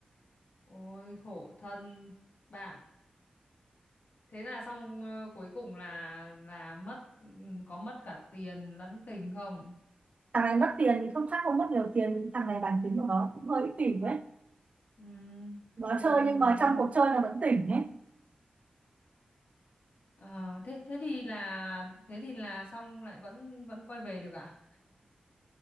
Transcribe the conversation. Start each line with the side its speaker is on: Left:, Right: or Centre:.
Left: Ôi khổ thân bạn thế là xong ờ, cuối cùng là là mất có mất cả tiền lẫn tình không
Right: thằng này mất tiền thì không chắc không mất nhiều tiền thằng này bản tính của nó cũng hơi ích kỷ ấy
Left: Ừm,
Right: nó
Left: từ
Right: chơi
Left: từ-
Right: nhưng mà
Left: đến
Right: trong cuộc chơi nó vẫn tỉnh ấy
Left: ờ, thế thế thì là thế thì là xong lại vẫn vẫn quay về được à